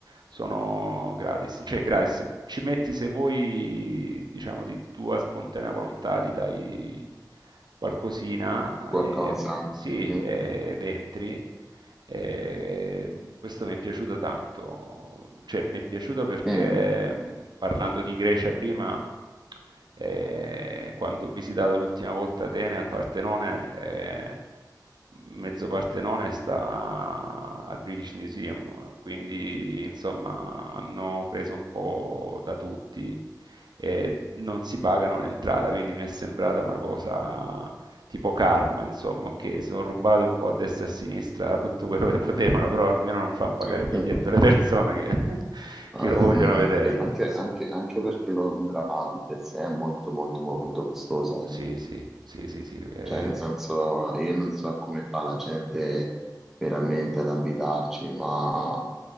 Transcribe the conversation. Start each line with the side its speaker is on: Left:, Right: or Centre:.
Right: sono gratis. Cioè, gratis. Se ci metti, se vuoi, diciamo, di tua spontanea volontà, gli dai qualcosina,
Centre: qualcosa.
Right: eh, sì,
Centre: Mhm.
Right: ed entri. E questo mi è piaciuto tanto, cioè mi è piaciuto perché
Centre: Mm.
Right: mh, parlando di Grecia prima, eh, quando ho visitato l'ultima volta Atene al Partenone, eh, mezzo Partenone sta al British Museum, quindi insomma hanno preso un po' da tutti e non si pagano l'entrata, quindi mi è sembrata una cosa tipo Karma, insomma, che sono rubato un po' a destra e a sinistra tutto quello che potevano, però almeno non fanno pagare
Centre: <laughs>
Right: il biglietto alle persone che, <laughs> che
Centre: Al-
Right: lo vogliono
Centre: Almeno
Right: vedere.
Centre: quello. Anche, Londra di per sé è molto molto molto costosa,
Right: Sì,
Centre: eh.
Right: sì, sì, sì, sì. eh.
Centre: Cioè, nel senso, io non so come fa la gente veramente ad abitarci, ma